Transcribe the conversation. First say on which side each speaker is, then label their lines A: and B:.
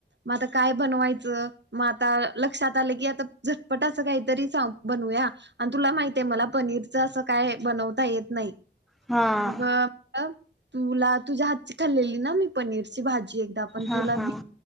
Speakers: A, on the right; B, in the centre.
A: मग आता काय बनवायचं मग आता लक्षात आलं की आता झटपट असं काहीतरी बनवूया आणि तुला माहित आहे, मला पनीरच असं काय?.. बनवता येत नाही.
B: हा..
A: मग म्हटलं तुला तुझ्या हातची खाल्लेली ना मी! पनीरची भाजी. ची एकदा पन
B: हा
A: तुला
B: हा
A: मी